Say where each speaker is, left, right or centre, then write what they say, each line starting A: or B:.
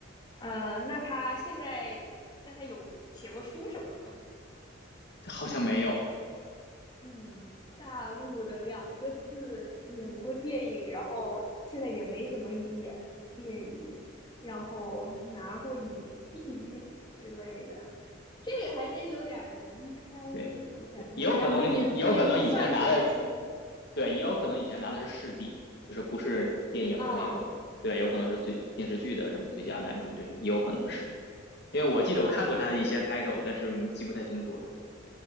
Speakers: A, on the left; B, on the left.
A: 呃，那他现在那他有写过书什么的吗？
B: 好像没有。
A: 嗯，大陆的两个字演过电影，然后现在也没怎么演电影，然后拿过影帝之类的。这个还真有点难猜，
B: 对，
A: 我想想，
B: 对，也有可能也有可能以前拿的是，
A: 然后也也不算年轻
B: 对，也有可能以前拿的是视帝，就是不是电影的那种。
A: 啊，
B: 对，有可能是最电视剧的什么最佳男主这种，也有可能是。因为我记得我看过他的一些
A: 然
B: title，但是记不太清楚了。